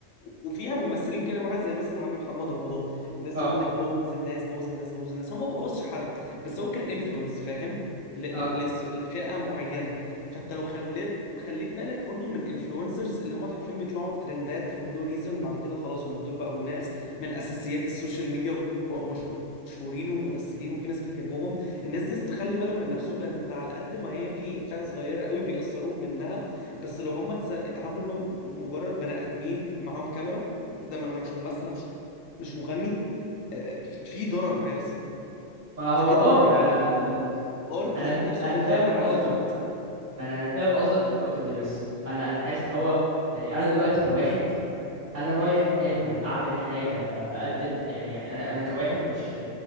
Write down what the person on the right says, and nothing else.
اه
اه
ما هو
اه
ما
انا
انا
فاهم
قصدك
ما انا انا فاهم قصدك في النقطة دي بس انا انا حاسس ان هو يعني انا دلوقتي كواحد انا رايح اكل اعمل حاجه اقدم يعني يعني انا انا كواحد مش